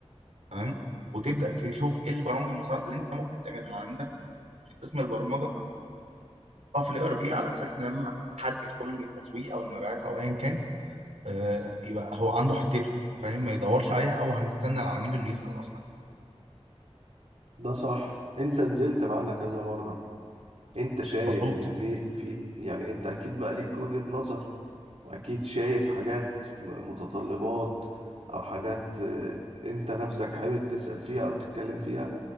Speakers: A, on the right (about 85°); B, on the right (about 70°).
A: تمام وتبدا تشوف ايه البرامج المساعده اللي انت ممكن تعملها عندك في قسم البرمجه اه في الاي ار بي على اساس ان لما حد يدخل له من التسويق او المبيعات او ايا كان آه يبقى هو عنده حتته فاهم ما يدورش عليها او هنستنى العميل انه يسال اصلا
B: ده صح انت نزلت معانا كذا مرة انت شايف
A: مظبوط
B: ان في في يعني انت اكيد بقى ليك وجهة نظر واكيد شايف حاجات م- متطلبات او حاجات آه، انت نفسك حابب تسأل فيها او تتكلم فيها